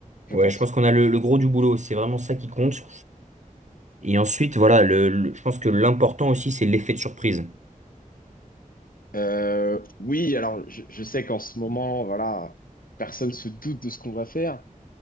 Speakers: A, on the left (about 85°); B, on the right (about 55°).
A: je
B: Ouais,
A: pense.
B: je pense qu'on a le, le gros du boulot, c'est vraiment ça qui compte. Et ensuite, voilà, le, le- je pense que l'important aussi, c'est l'effet de surprise.
A: Euh, oui, alors, je, je sais qu'en ce moment, voilà, personne se doute de ce qu'on va faire.